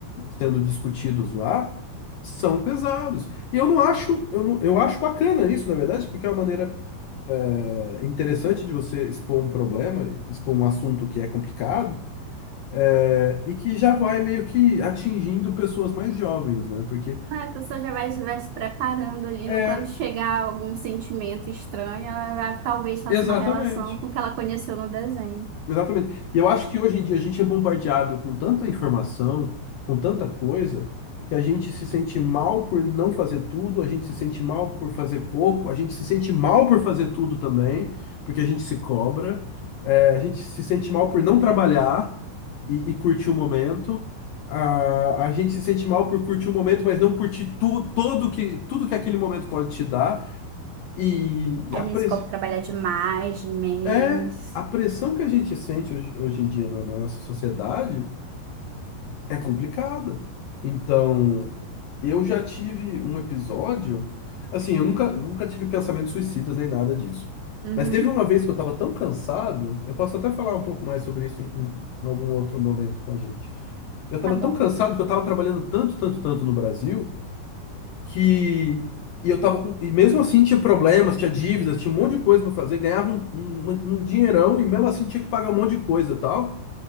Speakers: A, on the left (about 80°); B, on the right (about 85°).
A: sendo discutidos lá São pesados. E eu não acho, eu não, eu acho bacana isso, na verdade, porque é uma maneira é, interessante de você expor um problema, expor um assunto que é complicado, é, e que já vai meio que atingindo pessoas mais jovens, né? Porque
B: Ah, A pessoa já vai, vai se preparando ali,
A: é,
B: no- quando chegar algum sentimento estranho, ela vai- talvez faça
A: exatamente.
B: uma relação com o que ela conheceu no desenho.
A: Exatamente. E eu acho que hoje em dia a gente é bombardeado com tanta informação, com tanta coisa, que a gente se sente mal por não fazer tudo, a gente se sente mal por fazer pouco, a gente se sente mal por fazer tudo também, porque a gente se cobra. É, a gente se sente mal por não trabalhar e, e curtir o momento. A, a gente se sente mal por curtir o momento, mas não curtir tu, todo que, tudo que aquele momento pode te dar. E
B: A
A: a
B: gente
A: press...
B: ficou pra trabalhar de mais, de menos.
A: é a pressão que a gente sente hoje, hoje em dia na, na nossa sociedade é complicada. Então, Eu já tive um episódio, assim, eu nunca, nunca tive pensamentos suicidas nem nada disso.
B: Uhum,
A: Mas teve uma vez que eu estava tão cansado, eu posso até falar um pouco mais sobre isso em, em algum outro momento com a gente. Eu estava
B: tá bom.
A: tão cansado que eu estava trabalhando tanto, tanto, tanto no Brasil que e eu tava com, e mesmo assim tinha problemas, tinha dívidas, tinha um monte de coisa para fazer, ganhava um, um, um dinheirão e mesmo assim tinha que pagar um monte de coisa e tal.